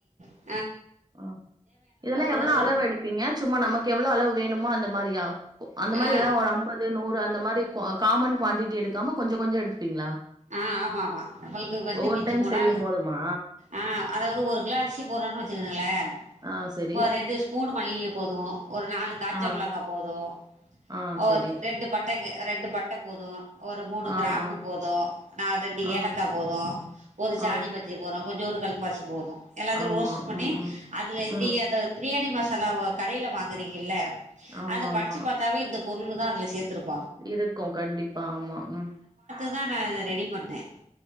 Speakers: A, on the right; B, on the right.
A: <unintelligible>
B: அஹ இதெல்லாம் எவ்ளோ
A: ரோஸ்டர்
B: அளவு எடுப்பீங்க சும்மா நமக்கு எவ்ளோ அளவு வேணுமோ அந்த மாரியா அந்த மாரி
A: ஆ
B: ஏதாவது ஒரு அம்பது நூறு அந்த மாரி காமன் குவாண்டிட்டி எடுக்காம கொஞ்ச கொஞ்ச எடுத்துப்பீங்களா
A: ஆஹ ஆமா ஆமா நம்மளுக்கு வந்து
B: ஒவ்வொரு
A: மிஞ்சி
B: டைம்
A: போனா
B: செய்யும் போதுமா?
A: ஆஹ அதாவது ஒரு கிலோ அரிசி போடுறோன்னு வச்சுருக்கங்களே
B: ஆ சரி.
A: இப்ப ரெண்டு ஸ்பூன் மல்லி போதும் ஒரு நாலு காஞ்ச
B: ஆ,
A: மிளகா போதும்
B: ஆ
A: ஒரு
B: சரி.
A: ரெண்டு பட் பட்டைங்க ரெண்டு பட்ட போதும் ஒரு மூணு
B: ஆ,
A: கிராம்பு
B: ஆ,
A: போதும் நா ரெண்டு
B: ஆ,
A: ஏலக்கா போதும் ஒரு சாதி
B: ஆ.
A: பத்திரி போதும் கொஞ்சோண்டு கல் பாசி போதும் எல்லாத்துல
B: ஆமா.
A: ரோஸ்ட் பண்ணி
B: ம், ம்,
A: அதுல
B: ம்.
A: நீங்க அந்த பிரியாணி மசா சில கடையில வாங்குறீங்கில்ல
B: ஆமாமா.
A: அத படிச்சு பாத்தாவே இந்த பொருள் தான் அதுல சேர்த்துருக்கும்
B: இருக்கும் கண்டிப்பா ஆமா உம்
A: அத ரெ <unintelligible> ரெடி பண்டேன்